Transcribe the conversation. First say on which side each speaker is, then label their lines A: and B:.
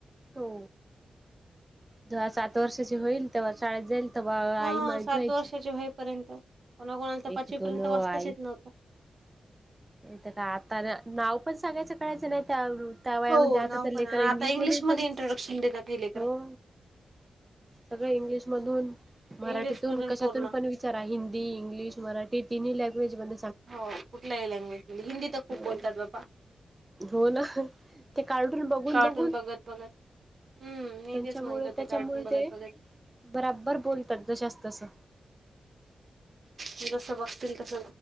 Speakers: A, on the right; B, on the right.
A: हो. जव्हा सात वर्षाची होईल तेव्हा शाळेत जाईल. आई
B: हा
A: माहत
B: सात
A: व्हायची
B: वर्षाचे होईपर्यंत कोणाकोणाला तर
A: एक,
B: पाचवीपर्यंत
A: दोन, अ,
B: वाचताच
A: आ, ई
B: येत नव्हतं
A: तर का आता नाव पण सांगायचं कळायचं नाही त्यावर त्या वयामध्ये
B: हो
A: आता
B: नाव
A: तर लेकर
B: पण आता
A: इंग्लिश
B: इंग्लिशमध्ये
A: मधून पण
B: इंट्रोडक्शन देतात हे लेकरं
A: हो सगळ इंग्लिश मधून मराठीतून
B: इंग्लिश मधून
A: कशातून
B: पूर्ण
A: पण वि चरा हिंदी इंग्लिश मराठी तिननी लँग्वेज ब
B: हो कुठल्याही लँग्वेजमध्ये हिंदी तर खूप
A: हो
B: बोलतात बा्पा
A: हो ना ते कार्टून बघून
B: कार्टून
A: बघून
B: बघत बघत हम्म मी
A: त्यांच्यामुळे
B: तेच म्हणत होते
A: त्याच्यामुळे
B: कार्टून बघत
A: ते
B: बघत
A: बराबर बोलतात जशस तसं
B: जस बघतील तस